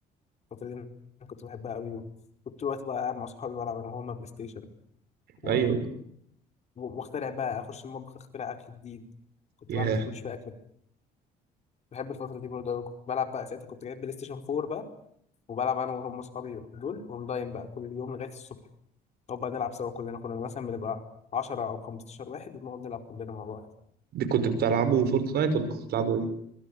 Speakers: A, on the left; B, on the right.
A: الفتره دي أنا كنت بحبها قوي كنت وقت بقى قاعد مع صحابي بلعب انا وهما بلاي ستيشن و...
B: ايوه
A: واخترع بقى اخش المطبخ اخترع اكل جديد كنت
B: ياه
A: بعمل كل شويه اكل بحب الفتره دي برضه أوي. كنت بلعب بقى ساعتها كنت جايب بلاي ستيشن 4 بقى وبلعب انا وهم اصحابي دول اونلاين بقى كل يوم لغايه الصبح نقعد بقى نلعب سوا كلنا كنا مثلا بنبقى 10 او 15 واحد وبنقعد نلعب كلنا مع بعض
B: دي كنت بتلعبوا فورتنايت ولا كنت بتلعبوا ايه